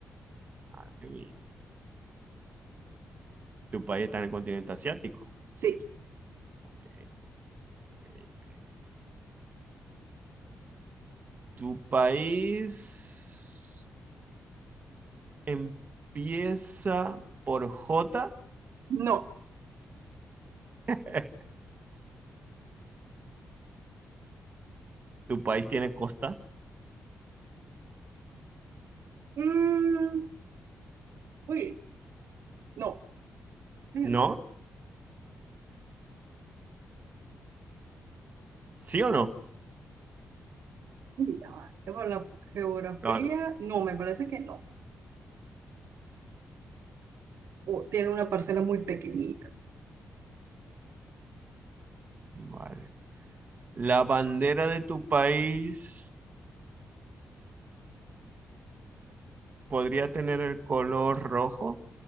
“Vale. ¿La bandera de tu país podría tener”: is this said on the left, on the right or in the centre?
Right